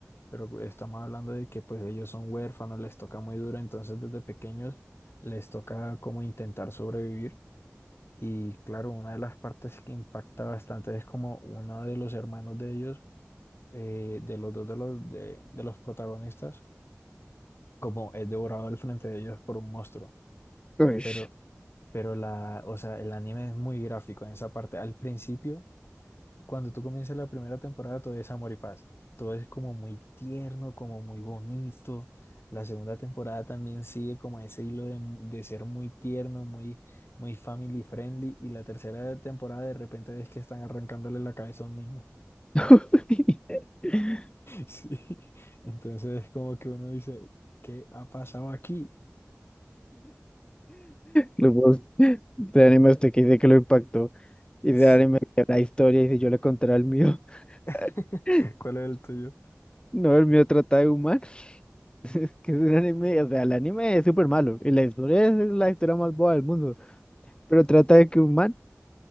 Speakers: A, on the left (about 50°); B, on the left (about 20°).
A: pero pues, estamos hablando de que pues ellos son huérfanos, les toca muy duro, entonces desde pequeños les toca como intentar sobrevivir. Y claro, una de las partes que impacta bastante es como uno de los hermanos de ellos, eh, de los dos de los, de, de los protagonistas, como es devorado al frente de ellos por un monstruo.
B: Ush.
A: Pero, pero la, o sea, el anime es muy gráfico en esa parte. Al principio Cuando tú comienzas la primera temporada, todo es amor y paz. Todo es como muy tierno, como muy bonito. La segunda temporada también sigue como ese hilo de, de ser muy tierno, muy, muy family friendly. Y la tercera temporada de repente es que están arrancándole la cabeza a un niño. <laughs>
B: <laughs>
A: Sí. Entonces es como que uno dice, ¿qué ha pasado aquí?
B: Los mocos de anime usted que dice que lo impactó,
A: Es-
B: y de anime que la historia, y si yo le contara el mío,
A: <laughs>
B: <laughs>
A: ¿Cuál es el tuyo?
B: no, el mío trata de humanos, <laughs> es que es un anime, o sea, el anime es súper malo, y la historia es la historia más boba del mundo, pero trata de que un man